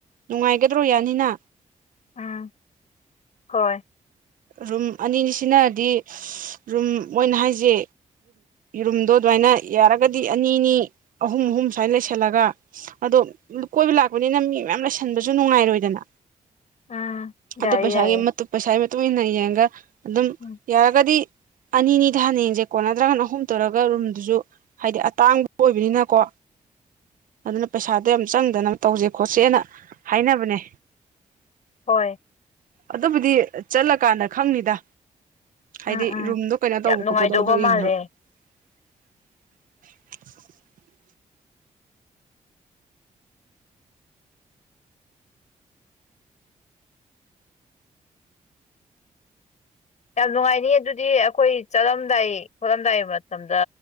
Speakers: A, on the right; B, on the left.
A: ꯅꯨꯡꯉꯥꯏꯒꯗ꯭ꯔꯣ ꯌꯥꯅꯤꯅ
B: ꯎꯝ ꯍꯣꯏ
A: ꯔꯨꯝ ꯑꯅꯤꯅꯤ ꯁꯤꯅꯔꯗꯤ ꯔꯨꯝ ꯃꯣꯏꯅ ꯍꯥꯏꯁꯦ ꯔꯨꯝꯗꯣ ꯑꯗꯨꯃꯥꯏꯅ ꯌꯥꯔꯒꯗꯤ ꯑꯅꯤꯅꯤ ꯑꯍꯨꯝ ꯑꯍꯨꯝ ꯁꯨꯃꯥꯏꯅ ꯂꯩꯁꯜꯂꯒ ꯑꯗꯣ ꯀꯣꯏꯕ ꯂꯥꯛꯄꯅꯤꯅ ꯃꯤ ꯃꯌꯥꯝ ꯂꯩꯁꯟꯕꯁꯨ ꯅꯨꯡꯉꯥꯏꯔꯣꯏꯗꯅ
B: ꯎꯝ
A: ꯑꯗꯨ
B: ꯌꯥꯏꯌꯦ
A: ꯄꯩꯁꯥ
B: ꯌꯥꯏꯌꯦ
A: <unintelligible> ꯄꯩꯁꯥ ꯇꯨꯃꯤꯟꯅꯥ ꯌꯦꯉꯒ ꯑꯗꯨꯝ
B: ꯎꯝ
A: ꯌꯥꯔꯒꯗꯤ ꯑꯅꯤꯅꯤꯗ ꯍꯟꯅ ꯌꯦꯡꯁꯦꯀꯣ ꯅꯠꯇ꯭ꯔꯒꯅ ꯑꯍꯨꯝ ꯇꯧꯔꯒ ꯔꯨꯝꯗꯨꯁꯨ ꯍꯥꯏꯗꯤ ꯑꯇꯥꯡꯕ ꯑꯣꯏꯕꯅꯤꯅꯀꯣ ꯑꯗꯨꯅ ꯄꯩꯁꯥꯗꯣ ꯌꯥꯝ ꯆꯪꯗꯅ ꯇꯧꯁꯦ ꯈꯣꯠꯁꯦꯅ ꯍꯥꯏꯅꯕꯅꯦ
B: ꯍꯣꯏ
A: ꯑꯗꯨꯕꯨꯗꯤ ꯆꯠꯂꯀꯥꯟꯗ ꯈꯪꯅꯤꯗ
B: ꯎꯝ
A: ꯍꯥꯏꯗꯤ
B: ꯎꯝ
A: ꯔꯨꯝꯗꯣ ꯀꯩꯅꯣ ꯇꯧꯕ
B: ꯌꯥꯝ ꯅꯨꯡꯉꯥꯏꯗꯧꯕ
A: ꯈꯣꯠꯄꯗꯣ ꯑꯗꯨ ꯌꯦꯡꯅꯕ
B: ꯃꯥꯜꯂꯦ
A: <unintelligible>
B: ꯌꯥꯝ ꯅꯨꯡꯉꯥꯏꯅꯤ ꯑꯗꯨꯗꯤ ꯑꯩꯈꯣꯏ ꯆꯠꯂꯝꯗꯥꯏ ꯈꯣꯠꯂꯝꯗꯥꯏ ꯃꯇꯝꯗ